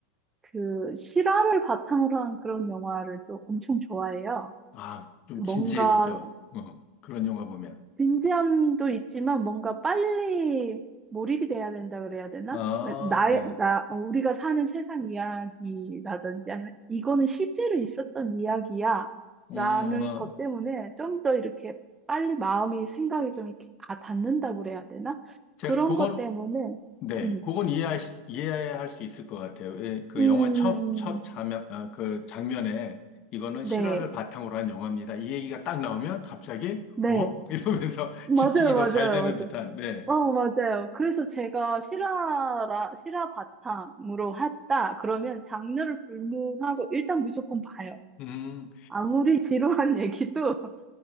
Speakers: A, on the right (about 15°); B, on the left (about 45°).
A: 그 실화를 바탕으로 한 그런 영화를 또 엄청 좋아해요.
B: 아, 좀
A: 뭔가
B: 진지해지죠. 어, 그런 영화 보면.
A: 진지함도 있지만 뭔가 빨리 몰입이 돼야 된다 그래야 되나?
B: 아,
A: 나의,
B: 네.
A: 나, 어, 우리가 사는 세상 이야기라든지 아니면 이거는 실제로 있었던 이야기야
B: 어,
A: 라는
B: 어,
A: 것 때문에 좀 더 이렇게 빨리 마음이 생각이 좀 이렇게 가 닿는다 그래야 되나?
B: 제가
A: 그런
B: 그걸,
A: 것 때문에,
B: 네,
A: 음,
B: 그건 이해할, 수- 이해할 수 있을 것 같아요. 예, 그
A: 음,
B: 영화 첫,
A: 음,
B: 첫 장면, 아, 그 장면에 이거는
A: 네,
B: 실화를 바탕으로 한 영화입니다. 이 얘기가 딱 나오면 갑자기,
A: 네.
B: 어? 이러면서 <laughs>
A: 맞아요,
B: 집중이 더
A: 맞아요,
B: 잘 되는 듯한, 네.
A: 어, 맞아요. 그래서 제가 실화라, 실화 바탕으로 했다. 그러면 장르를 불문하고 일단 무조건 봐요.
B: 음.
A: 아무리 지루한 얘기도 <laughs>